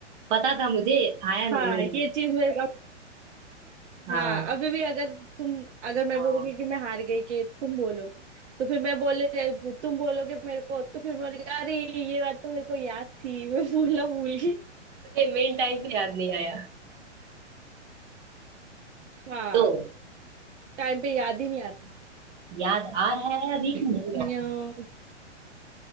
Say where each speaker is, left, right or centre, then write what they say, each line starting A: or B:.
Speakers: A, on the right; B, on the right.
A: पता था मुझे आया
B: हाँ
A: नहीं मुझे
B: ये चीज मेरे अब
A: हाँ
B: हाँ अभी भी अगर तुम अगर मैं बोलूंगी कि मैं हार गई कि तुम बोलो तो फिर मैं बोले तुम बोलोगे मेरे को तो फिर मैं बोलेगी अरे ये बात तो मेरे को याद थी मैं भूलना भूल गई
A: मुझे मेन टाइम पे याद नहीं आया
B: हाँ
A: तो
B: टाइम पे याद ही नहीं आता
A: याद आ रहा है अभी कि नहीं
B: न्यो,
A: याद